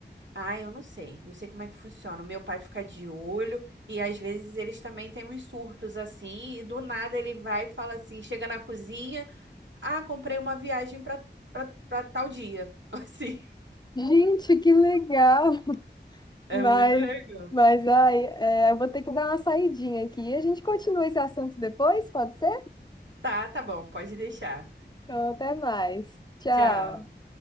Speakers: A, on the right (about 80°); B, on the left (about 25°).
A: Ah, eu não sei. Não sei como é que funciona. O meu pai fica de olho e às vezes eles também têm uns surtos assim, e do nada ele vai e fala assim, chega na cozinha, ah, comprei uma viagem pra, pra, pra tal dia. <laughs> Assim,
B: Gente, que legal.
A: é
B: Mas,
A: muito legal.
B: mas ai, é, eu vou ter que dar uma saidinha aqui. A gente continua esse assunto depois, pode ser?
A: Tá, tá bom, pode deixar.
B: Então, até mais. Tchau.
A: Tchau.